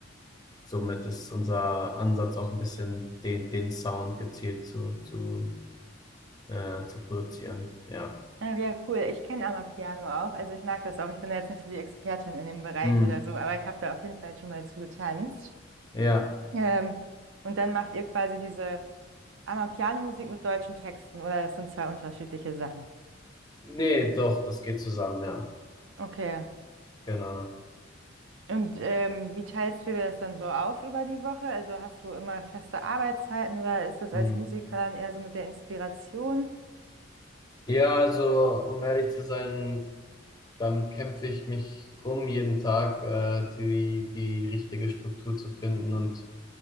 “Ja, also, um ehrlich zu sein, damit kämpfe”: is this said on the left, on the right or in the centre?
Left